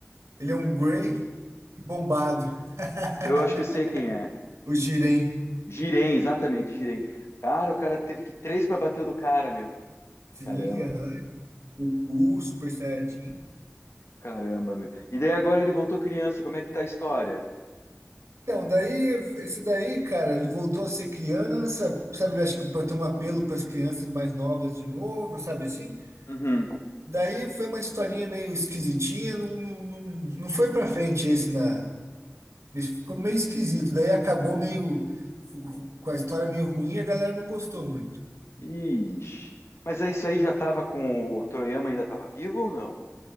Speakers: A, on the right; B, on the left.
A: Ele é um Grey bombado. <laughs>
B: Eu acho que eu sei quem é.
A: O Jiren.
B: Giren, exatamente, Giren. Cara, o cara teve que três para bater o do cara, meu.
A: Sim,
B: Caramba,
A: aham. O Ku, Super Saiyajin.
B: caramba, meu. E daí agora ele voltou criança, como é que tá a história?
A: Então, daí, esse daí, cara, ele voltou a ser criança, sabe? Acho que para ter um apelo para as crianças mais novas de novo, sabe assim?
B: Uhum.
A: Daí foi uma historinha meio esquisitinha, não, não, não, não foi pra frente esse na. Ficou meio esquisito. Daí acabou meio ru- ru- com a história meio ruim, a galera não gostou muito.
B: Ixi. Mas é isso aí já tava com o Toriyama ainda tava vivo ou não?